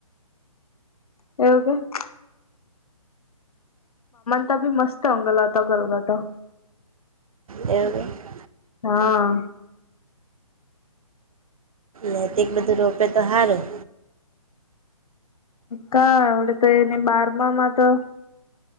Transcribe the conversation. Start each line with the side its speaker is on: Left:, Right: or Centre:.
Left: એવું ક તી ભી મસ્ત હોંગલ હતો ગલગોટો.
Right: એવું હે.
Left: હા.
Right: નૈતિક બધું રોપે તો હારું.
Left: કા એવડે તો એને બારમામાં તો